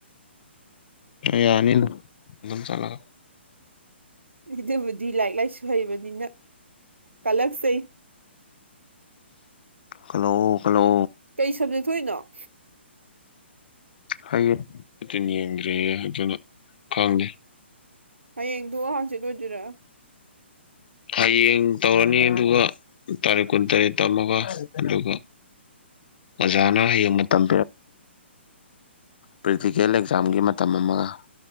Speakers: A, on the left (about 50°); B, on the right (about 75°).
A: ꯌꯥꯅꯤꯗ ꯏꯗꯣꯝꯆ ꯂꯥꯛꯑ
B: ꯑꯗꯨꯕꯨꯗꯤ ꯂꯥꯏꯔꯤꯛ ꯂꯥꯏꯁꯨ ꯍꯩꯕꯅꯤꯅ ꯀꯜꯂꯛꯆꯩ꯫
A: ꯍꯜꯂꯣ꯫ ꯍꯜꯂꯣ꯫
B: ꯀꯩ ꯁꯕꯖꯦꯛ ꯊꯣꯛꯏꯅꯣ꯫
A: ꯍꯌꯦꯗꯤ ꯌꯦꯡꯗ꯭ꯔꯤꯌꯦ ꯍꯧꯖꯤꯛꯃꯛ ꯈꯪꯗꯦ꯫
B: ꯍꯌꯦꯡꯗꯨ ꯍꯥꯡꯆꯤꯠꯂꯑꯣꯏꯗꯣꯏꯔꯥ꯫
A: ꯍꯌꯦꯡ ꯇꯧꯔꯅꯤ ꯑꯗꯨꯒ ꯇꯥꯔꯤꯛ ꯀꯨꯟ ꯇꯔꯦꯠ ꯇꯝꯃꯒ ꯑꯗꯨꯒ ꯑꯣꯖꯥꯅ ꯍꯌꯦꯡ ꯃꯇꯝ ꯄ꯭ꯔꯦꯛꯇꯤꯀꯦꯜ ꯑꯦꯛꯖꯥꯝꯒꯤ ꯃꯇꯝ ꯑꯃꯒ